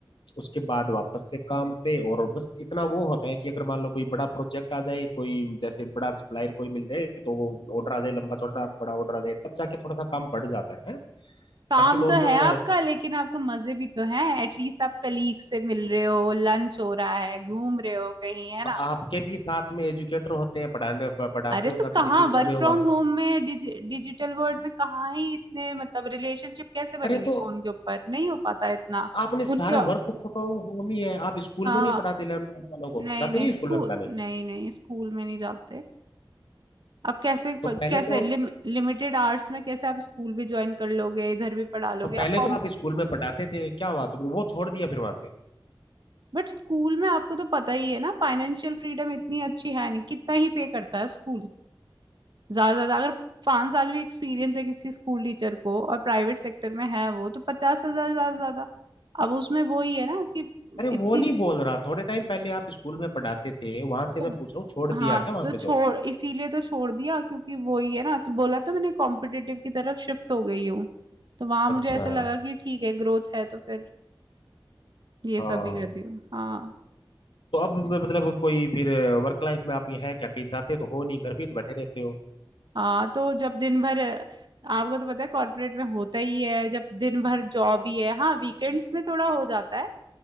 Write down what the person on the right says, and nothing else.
काम
तो है आपका लेकिन आपके मजे भी तो हैं एटलीस्ट आप कलीग से मिल रहे हो लंच हो रहा है घूम रहे हो कहीं है ना
अरे
तो कहाँ
वर्क
फ्रॉम
होम में डिजि, डिजिटल वर्ल्ड में कहाँ ही इतने मतलब रिलेशनशिप कैसे बनेंगे
फोन के ऊपर नहीं हो पाता इतना
उनके
हाँ
नहीं
नहीं
स्कूल
नहीं नहीं स्कूल में नहीं जाते अब कैसे
प-
कैसे
लिम, लिमिटेड आवर्स में कैसे आप स्कूल भी ज्वाइन कर लोगे इधर भी पढ़ा लोगे
आप कॉम
बट स्कूल में आपको तो पता ही है ना फाइनेंशियल फ्रीडम इतनी अच्छी है नहीं कितना ही पे करता है स्कूल ज्यादा से ज्यादा अगर पांच साल भी एक्सपीरियंस है किसी स्कूल टीचर को और प्राइवेट सेक्टर में है वो तो पचास हजार ज्यादा से ज्यादा अब उसमें वो ही है ना कि
इतनी
तो-
हाँ
तो
छोड़
इसीलिए तो छोड़ दिया क्योंकि वो ही है ना तो बोला तो मैंने कॉम्पिटिटिव की तरफ शिफ्ट हो गई हूँ तो वहां मुझे
ऐसा लगा कि ठीक है ग्रोथ है तो फिर ये
सब ही कर रही हूँ हाँ
हाँ तो जब दिन भर आपको तो पता है कॉर्पोरेट में होता ही है जब दिन भर जॉब ही है हाँ वीकेंड्स में थोड़ा हो जाता है